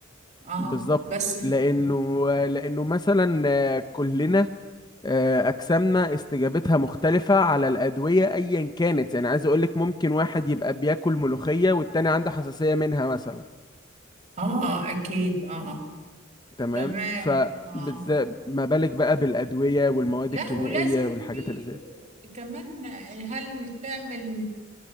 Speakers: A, on the right; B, on the left.
A: اه
B: بالظبط
A: بس
B: لأنه لأنه مثلا آه، كلنا آه، أجسامنا استجابتها مختلفة على الأدوية أيا كانت يعني عايز أقولك ممكن واحد يبقى بياكل ملوخية والتاني عنده حساسية منها مثلا
A: اه اكيد اه
B: تمام
A: تمام
B: فبالذات
A: اه
B: ما بالك بقى بالأدوية والمواد
A: لا
B: الكيميائية
A: ولازم
B: والحاجات
A: في
B: اللي زي دي
A: كمان هل تعمل